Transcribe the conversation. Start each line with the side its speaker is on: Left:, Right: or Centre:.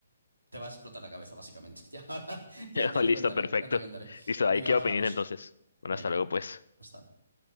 Right: te va a explotar la cabeza, básicamente. <laughs> Ya, ahora,
Left: <laughs>
Right: ya, ya te
Left: Listo,
Right: contaré,
Left: Bueno, perfecto.
Right: ya te contaré.
Left: Listo,
Right: Venga,
Left: ahí quedo
Right: ahora hablamos.
Left: pendiente entonces. Bueno,
Right: Venga,
Left: hasta luego, pues.
Right: hasta ahora.